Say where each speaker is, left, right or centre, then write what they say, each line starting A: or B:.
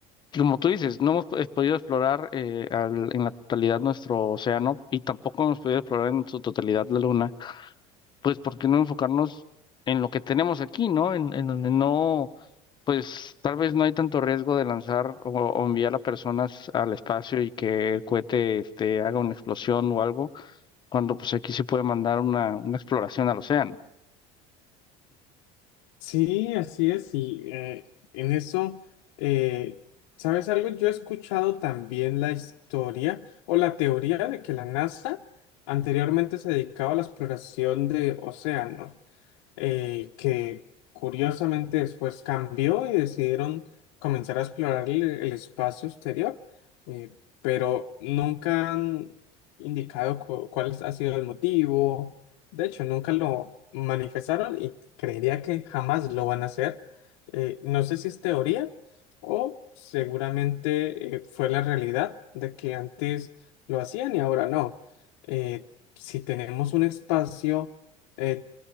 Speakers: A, on the left; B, on the left.
A: como tú dices, no hemos pues, podido explorar eh, al- en la totalidad nuestro océano y tampoco hemos podido explorar en su totalidad la luna, pues ¿por qué no enfocarnos en lo que tenemos aquí, ¿no? En, en donde no pues tal vez no hay tanto riesgo de lanzar o, o enviar a personas al espacio y que el cohete este, haga una explosión o algo, cuando pues aquí se puede mandar una, una exploración al océano.
B: Sí, así es, y eh, en eso, eh, ¿sabes algo? Yo he escuchado también la historia o la teoría de que la NASA anteriormente se dedicaba a la exploración de océanos. eh, que curiosamente después cambió y decidieron comenzar a explorar el, el espacio exterior, eh, pero nunca han indicado cu- cuál ha sido el motivo. De hecho, nunca lo manifestaron y creería que jamás lo van a hacer. Eh, no sé si es teoría o seguramente eh, fue la realidad de que antes lo hacían y ahora no. Eh, si tenemos un espacio eh,